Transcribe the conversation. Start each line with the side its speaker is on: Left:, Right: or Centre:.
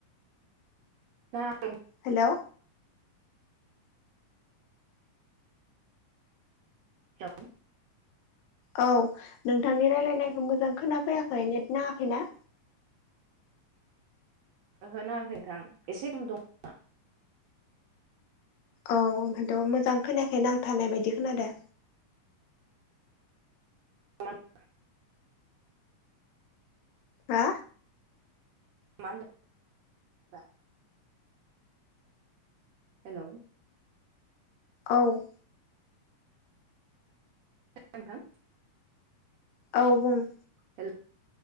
Right: <unintelligible>
Left: हेलौ
Right: <unintelligible>
Left: औ नोंथांनि रायलायनायखौ मोजां खोनाफैयाखै। नेट नाङाखैना?
Right: उहो नाङाखै नोंथां। एसे गम दं
Left: औ ओंखायथ' मोजां खोनायाखै नांथानाय बायदि खोनादों।
Right: <unintelligible>
Left: हा
Right: मा होनदो <unintelligible> हेलौ
Left: औ
Right: <unintelligible> नोंथां
Left: औ बुं
Right: हेल'